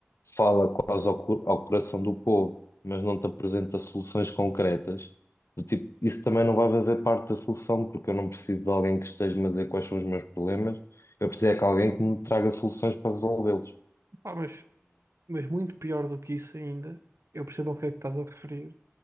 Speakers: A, on the left (about 70°); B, on the right (about 80°).
A: fala quase ao, co- ao coração do povo, mas não te apresenta soluções concretas, do tipo, isso também não vai fazer parte da solução, porque eu não preciso de alguém que esteja-me a dizer quais são os meus problemas, eu preciso é que alguém que me traga soluções para resolvê-los.
B: Pá, mas, mas muito pior do que isso ainda, eu percebo ao que é que estás a referir,